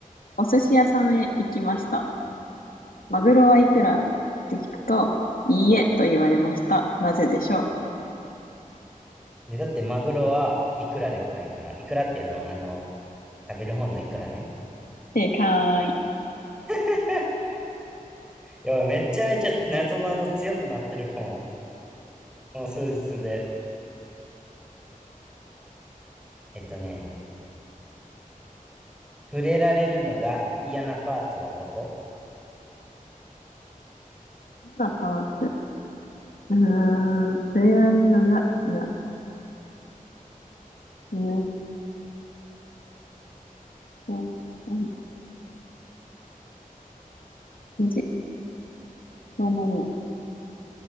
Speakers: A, on the left; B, in the centre.
A: お寿司屋さんへ行きました。マグロはいくらって聞くと、いいえと言われました。なぜでしょう
B: で、だってマグロはいくらではないから。いくらっていうのは、あの、食べる方のいくらね。
A: 正解。
B: <laughs> やばい、めちゃめちゃ謎々強くなってるかも。この数日で。えっとね、触れられるのが嫌なパーツはどこ
A: 嫌なパーツ。うーん、触れられるのが嫌。うーんと、あの、無どうなるのまま